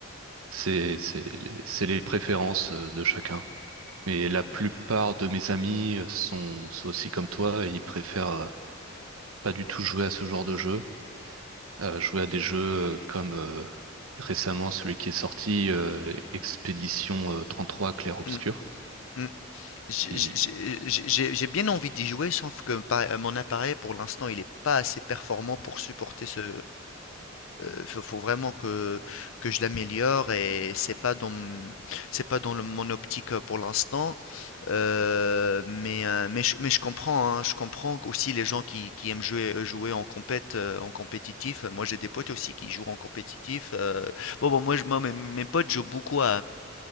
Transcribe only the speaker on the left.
mmh, mmh. J'ai
j'ai- j'ai- j'ai- bien envie d'y jouer, sauf que par- euh, mon appareil, pour l'instant, il n'est pas assez performant pour supporter ce... Il faut faut vraiment que, que je l'améliore et c'est pas dans, m- c'est pas dans le- mon optique euh, pour l'instant. Euh, mais, euh, mais, je, mais je comprends, hein, je comprends aussi les gens qui, qui aiment jouer, euh, jouer en compète, euh, en compétitif. Moi, j'ai des potes aussi qui jouent en compétitif. euh. Bon, bon, moi, je- moi, mes, mes potes jouent beaucoup